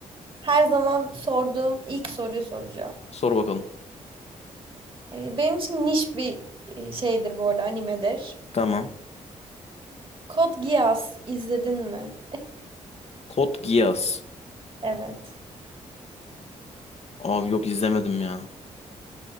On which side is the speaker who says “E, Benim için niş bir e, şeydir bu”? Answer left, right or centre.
Right